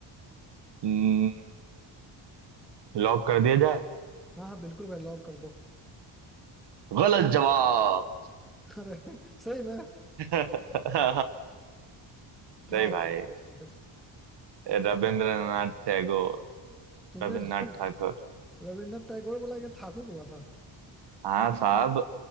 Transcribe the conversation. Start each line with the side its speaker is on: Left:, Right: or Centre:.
Right: हम्म, लॉक कर दिया जाए
Centre: हाँ हाँ बिल्कुल भाई लॉक कर दो
Right: गलत जवाब
Centre: अरे <laughs> सही में
Right: <laughs>
Centre: क्या
Right: नहीं
Centre: होगा
Right: भाई
Centre: आंसर इसका फिर
Right: रविंद्रनाथ टैगोर
Centre: तुमने
Right: रविन्द्रनाथ
Centre: <laughs>
Right: ठाकुर
Centre: रविंद्रनाथ टैगोर बोला कि ठाकुर बोला था
Right: हाँ साहब